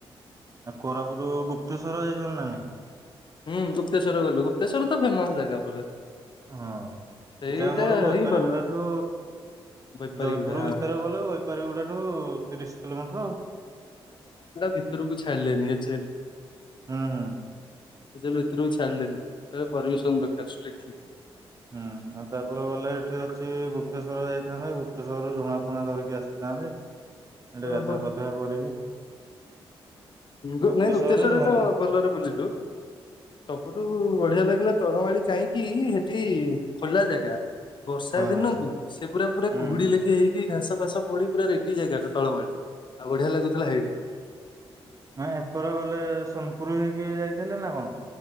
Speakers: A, on the right (about 30°); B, on the left (about 50°).
A: ଆ କୋରାପୁଟ ଗୁପ୍ତେଶ୍ଵର ଯାଇଚନ୍ତି ନା ନାଇଁ?
B: ହୁଁ ଗୁପତେଶ୍ୱର ଗଲୁ ଗୁପତେଶ୍ୱର ତ ଫେମସ ଜାଗା ପୁରା
A: ହଁ
B: ସେଇଟା
A: ସେଟା ଆମର ବୈପାରୀ
B: ହିଁ ଭଲ।
A: ଗୁଡା ଠୁ
B: ବେପାରୀ
A: ଜୟପୁର
B: ଗୁଡା ହଁ
A: ଭିତରେ ଗଲେ ବୈପାରୀଗୁଡାଠୁ ତିରିଶ କିଲୋମିଟର ଆଉ।
B: ଭିତରୁକୁ ଛାଡିଲେଣି ଏଚ୍ ଏଲ୍
A: ହୁଁ ହୁଁ।
B: ଏଲ୍ ଏଥିରୁ ଛାଡିଲେ କହିଲେ ପରିମିସନ୍ ଦରକାର ଷ୍ଟ୍ରିକ୍
A: ହୁଁ ଆଉ ତାପରେ ଗଲେ ଏଠି ଅଛି ଗୁପ ଗୁପତେଶ୍ୱର ଯାଇଥାନ୍ତେ ଗୁପତେଶ୍ୱରରୁ ଝୁଣା ଫୁଣା ଧରିକି ଆସିଥାନ୍ତେ। ହେଠି
B: ଓହୋ।
A: ଗାଧୁଆ ପାଧୁଆ କରିକି
B: ହୁଁ
A: ଗୁପ୍ତେଶ୍ୱରରେ
B: ନାଇଁ ଗୁପ୍ତେଶ୍ଵରରେ
A: ଜ ହୁଁ
B: ତ ଭଲରେ ବୁଲିଲୁ ସବୁଠୁ ବଢିଆ ଲାଗିଲା ତଳମାଳି କାହିଁକି ହେଠି ଖୋଲା ଜାଗା ବର୍ଷା
A: ହଁ
B: ଦିନକୁ ସେ ପୁରା ପୁରା
A: ହୁଁ
B: କୁହୁଡି ଲେଖି ହେଇକି ଘାସ ଫାସ ପଡିି ପୁରା ରେଟି ଜାଗା ଟା ତଳମଳି ଆଉ ବଢିଆ ଲାଗୁଥିଲା ହେଇଠିକି
A: ନା ଏକର ଗଲେ ସୋନପୁର ହେଇକି ଯାଇଥିଲେ ନା କଣ?